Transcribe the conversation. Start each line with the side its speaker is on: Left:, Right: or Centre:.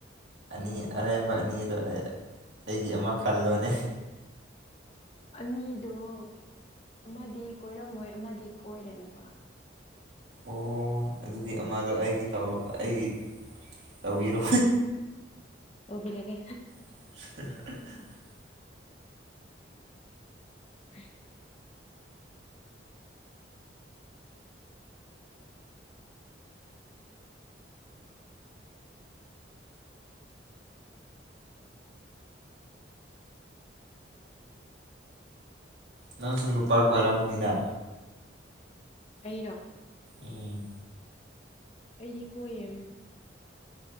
Right: ꯑꯅꯤ ꯑꯔꯦꯝꯕ ꯑꯅꯤꯗꯣ ꯑꯩꯒꯤ ꯑꯃ ꯈꯜꯂꯣꯅꯦ
Left: ꯑꯅꯤꯗꯣ ꯑꯃꯗꯤ ꯀꯣꯏꯔꯝꯃꯣꯏ ꯑꯃꯗꯤ ꯀꯣꯏꯔꯦ ꯅꯨꯄꯥ
Right: ꯑꯣ ꯑꯗꯨꯗꯤ ꯑꯃꯗꯣ ꯑꯩꯒꯤ ꯇ ꯑꯩꯒꯤ ꯇꯧꯕꯤꯔꯣ
Left: ꯑꯣꯕꯤꯔꯒꯦ
Right: <inaudible>
Left: <inaudible>
Right: ꯅꯪꯁꯨ ꯅꯨꯄꯥ ꯀꯣꯏꯔꯝꯕꯅꯤꯗ
Left: ꯑꯩꯩꯅ
Right: ꯎꯝ
Left: ꯑꯩꯗꯤ ꯀꯣꯏꯌꯦ